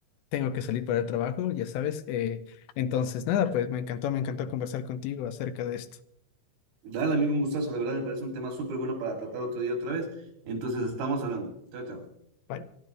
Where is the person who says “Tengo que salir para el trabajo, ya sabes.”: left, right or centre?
Left